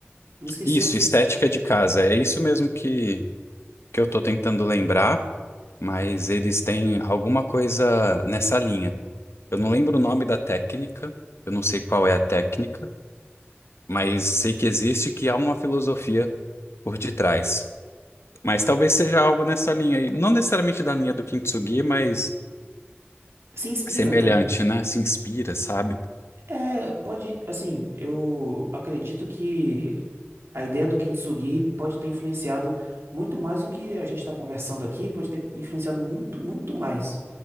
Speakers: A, on the right; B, on the left.
A: Me esqueci
B: Isso,
A: o...
B: estética de casa. É isso mesmo que que eu tô tentando lembrar, mas eles têm alguma coisa nessa linha. Eu não lembro o nome da técnica, eu não sei qual é a técnica, mas sei que existe, que há uma filosofia por detrás. Mas talvez seja algo nessa linha aí, não necessariamente da linha do Kintsugi, mas
A: Se inspira,
B: semelhante,
A: né?
B: né? Se inspira, sabe?
A: É, pode, assim, eu acredito que a ideia do Kintsugi pode ter influenciado muito mais do que a gente está conversando aqui, pode ter influenciado muito, muito mais,